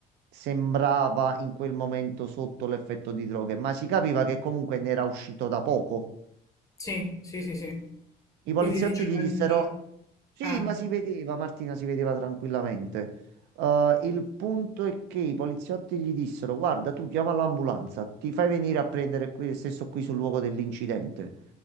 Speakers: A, on the right; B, on the left.
A: sembrava in quel momento sotto l'effetto di droghe, ma si capiva che comunque ne era uscito da poco.
B: sì, sì, sì, sì.
A: I
B: Quindi
A: poliziotti
B: diciamo
A: gli dissero:
B: il
A: Sì,
B: eh,
A: ma si vedeva, Martina si vedeva tranquillamente. Eh, il punto è che i poliziotti gli dissero: Guarda, tu chiama l'ambulanza, ti fai venire a prendere qui, stesso qui sul luogo dell'incidente.